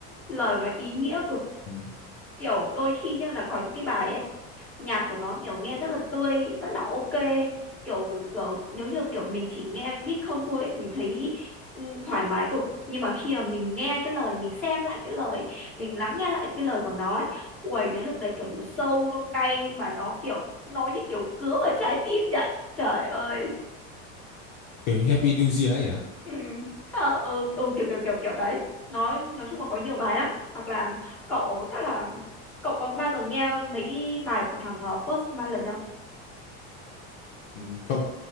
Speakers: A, in the centre; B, on the left (about 45°).
A: Lời của nó ý nghĩa cực
B: ừ.
A: kiểu đôi khi nhá là có những cái bài ấy nhạc của nó kiểu nghe rất là tươi rất là ok kiểu, kiểu nếu như kiểu mình chỉ nghe beat không thôi ấy, mình thấy ừ, thoải mái cực nhưng mà khi mà mình nghe cái lời mình xem lại cái lời mình lắng nghe lại cái lời của nó ấy, uầy đến lúc đấy kiểu nó sâu nó cay mà nó kiểu nó như kiểu cứa vào trái tim vậy trời ơi
B: kiểu như Happy New Year ấy à
A: ừ, à, ừ, ừ kiểu kiểu kiểu kiểu đấy nói nói chung là có nhiều bài lắm hoặc là cậu chắc là cậu có bao giờ nghe mấy cái bài của thằng ờ, Post Malone không
B: ừ, không